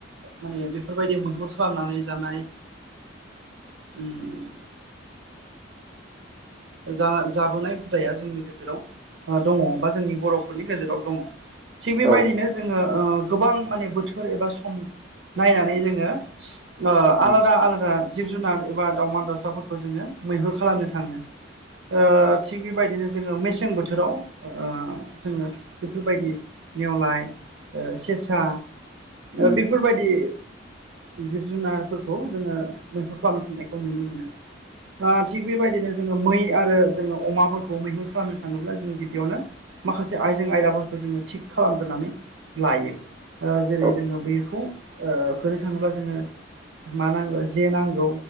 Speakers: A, on the right (about 70°); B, on the right (about 20°).
A: माने बेफोरबायदि मैहुर खालामनानै जानाय ओम जा जाबोनाय हुदाया जोंनि गेजेराव ओ दङ बा जोंनि बर'फोरनि गेजेराव दङ। थिग बेबायदिनो
B: औ
A: जोङो ओ गोबां माने बोथोर एबा सम नायनानै जोङो ओ
B: उम
A: आलादा आलादा जिब जुनार एबा दावउमा दाउसाफोरखौ जोंङो मैहुर खालामनो थाङो। ओ थिग बि बायदिनो जोङो मेसें बोथोराव ओ जोङो बेफोरबायदि नेेवलाय ओ सेसा
B: उम
A: ओ बेफोरबायदि जिब जुनारफोरखौ जोङो मैहुर खालामनो थांनायखौ नुनो मोनो। ओ थिग बेबायदिनो जोङो मै आरो जोंङो अमाफोरखौ मैहुर खालामनो थाङोब्ला जोङो गिबियावनो माखासे आइजें आयलाफोरखौ जोङो थिग खालामग्रोनानै लायो। ओ जेरै
B: औ
A: जोङो बेखौ ओ होनो थाङोब्ला जोङो मा नांगौ जे नांगौ